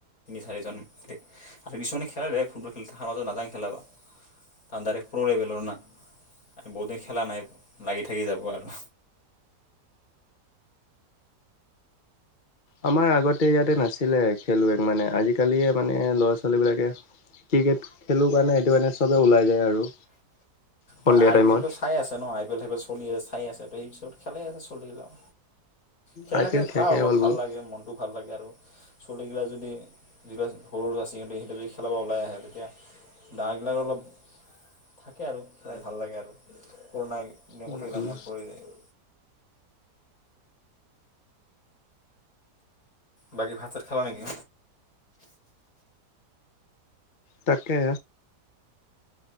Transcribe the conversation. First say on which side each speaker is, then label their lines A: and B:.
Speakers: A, on the left; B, on the left.
A: চাৰিজন আৰু কিছুমানে খে কাৰ লেভক ফুটবল খেল সমাজ মাজত নাজা খেলাবা ডাইৰে্ প্ৰ লেভেললৰ না বহুতো খেলা নাই লাগি থাকি যাব আৰু
B: আমাৰ আগতে ইয়াতে নাছিলে খেলুৱৈ মানে আজিকালিয়ে মানে ল'ৰা ছোৱালীবিলাকে ক্ৰিকেট খেলো কাৰণে সেইটো কাৰণে চবেই ওলাই যায় আৰু সন্ধিয়া
A: মই। আই
B: টাইমত।
A: পি এলয়েটো চাই আছে ন আই পি এলয়ে সেইব চলি আছে খাই আছে ত এই পিছত খেলাই আছে চলি লাওঁ খেলা
B: আই
A: থাকিলে
B: পি এল শেষে
A: ভাল অলপ
B: হ'ল
A: ভাল
B: বোলো।
A: লাগে মনতটো ভাল লাগে আৰু চলগিলা যদি যগিলা সৰু সৰু ছৰা ছী সহঁতে সহঁতে যদি খেলাব ওলাই আহে তেতিয়া ডাৰগিলাক অলপ থাকে আৰু খাই ভাল লাগে আৰু পুৰণা এনে
B: উম,
A: কথাকেইটা
B: উম,
A: মনত পৰি যায় বাকী ভাত তাত খালা নেকি
B: তাকে